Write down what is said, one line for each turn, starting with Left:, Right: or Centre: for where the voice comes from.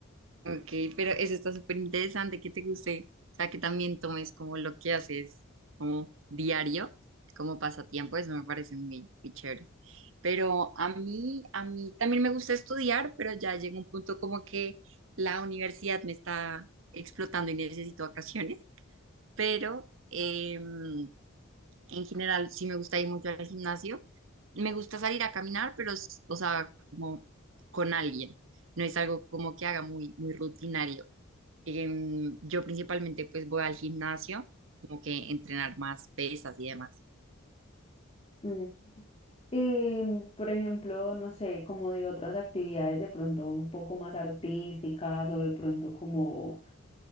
Right: ok, pero eso está súper interesante, que te guste, o sea, que también tomes como lo que haces como diario, como pasatiempo, eso me parece muy, muy chévere. Pero a mí, a mí también me gusta estudiar, pero ya llega un punto como que la universidad me está explotando y necesito vacaciones, pero... em, en general sí me gusta ir mucho al gimnasio. Me gusta salir a caminar, pero, s- o sea, como con alguien. No es algo como que haga muy, muy rutinario. Em, yo principalmente pues voy al gimnasio, como que entrenar más pesas y demás.
Left: Mm. Y, mm, por ejemplo, no sé, como de otras actividades de pronto un poco más artísticas o de pronto como